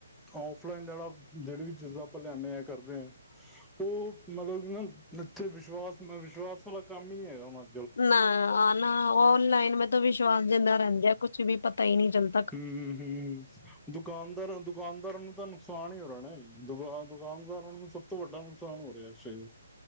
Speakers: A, in the centre; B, on the left.
A: ਔਫਲਾਈਨ ਵਾਲਾ ਜਿਹੜੀ ਵੀ ਚੀਜ਼ਾਂ ਆਪਾਂ ਲਿਆਣੇ ਆ ਕਰਦੇ ਹ ਉਹ ਮਤਲਬ ਨਾ ਇੱਥੇ ਵਿਸ਼ਵਾਸ ਵਿਸ਼ਵਾਸ ਵਾਲਾ ਕੰਮ ਹੀ ਨੀ ਹੈਗਾ ਓਨਾਂ
B: ਨਾ ਆ ਨਾ ਔਨਲਾਈਨ ਮੈਂ ਤਾਂ ਵਿਸ਼ਵਾਸ ਜਿੰਦਾ ਰਹਿੰਦੇ ਆ ਕੁਛ ਵੀ ਪਤਾ ਹੀ ਨਹੀਂ ਚੱਲ
A: ਹਮ ਹ ਹਮ ਦੁਕਾਨਦਾਰਾਂ ਦੁਕਾਨਦਾਰਾਂ ਨੂੰ ਤਾਂ ਨੁਕਸਾਨ ਹੀ ਹੋ ਰਿਹਾ ਦੁ ਦੁਕਾਨਦਾਰਾਂ ਨੂੰ ਸਭ ਤੋਂ ਵੱਡਾ ਨੁਕਸਾਨ ਹੋ ਰਿਹਾ ਸਹੀ ਐ।